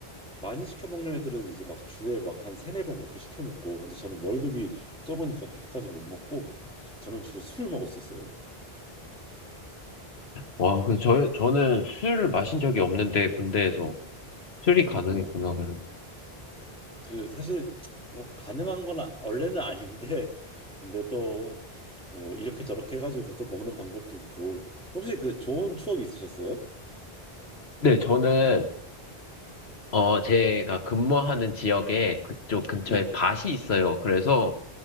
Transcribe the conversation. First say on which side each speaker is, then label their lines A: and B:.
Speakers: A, in the centre; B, on the left.
A: 많이 시켜 먹는 애들은 이제 막 주에 막 한 세네 번 그렇게 시켜 먹고 근데 저는 월급이 적으니까 그렇게까지 못 먹고 저는 주로 술을 먹었었어요.
B: 와, 근데 저, 저는 술을 마신 적이 없는데, 군대에서. 술이
A: 어
B: 가능했구나. 그래도.
A: 그 사실 뭐 가능한 건 아- 원래는 아닌데 <laughs> 근데 또 뭐 이렇게 저렇게 해가지고 또 먹는 방법도 있고 혹시 그 좋은 추억 있으셨어요?
B: 네, 저는, 어, 제가 근무하는 지역에 그쪽 근처에
A: 네,
B: 밭이 있어요. 그래서